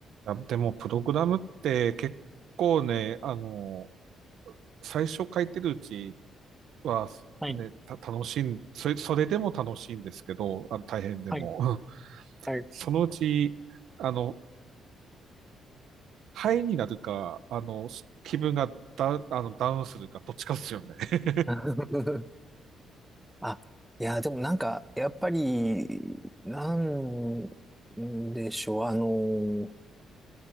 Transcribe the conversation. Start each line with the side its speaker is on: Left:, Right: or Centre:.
Right: あでも、プログラムって結構ね、あの、最初書いてるうちは、
Centre: はい、
Right: ね、た、楽しいん、それ、それでも楽しいんですけど、あの大変でも。
Centre: はい、
Right: うん
Centre: はい。
Right: そのうち、あの、ハイになるか、あの、気分がダ、あの、ダウンするか、どっちかですよね。<laughs>
Centre: <laughs> あ、いや、でもなんか、やっぱり、なんでしょう、あの、